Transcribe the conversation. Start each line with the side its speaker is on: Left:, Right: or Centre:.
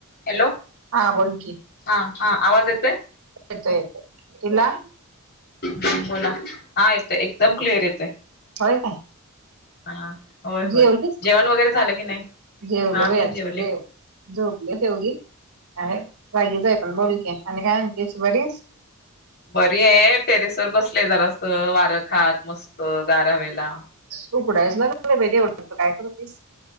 Left: Hello
Right: हा बोल की
Left: हा हा आवाज येत तोय.
Right: येतो येतो तुला.
Left: बोला हा येतो एकदम क्लिअर येतोय.
Right: होय काय.
Left: हा होय
Right: जेवलीस
Left: होय जेवण वगैरे झालं की नाही
Right: जेवलो
Left: हा मी
Right: बाई
Left: जेवले
Right: जेव झोपलं तेवगी अरे जागी जाय पण बोल की आणि काय आहेस बरी
Left: बरी आहे टेरेस वर बसलेय जरास वारं खात मस्त गारावेला
Right: तू पुडायसग तेवढं काय कर तीस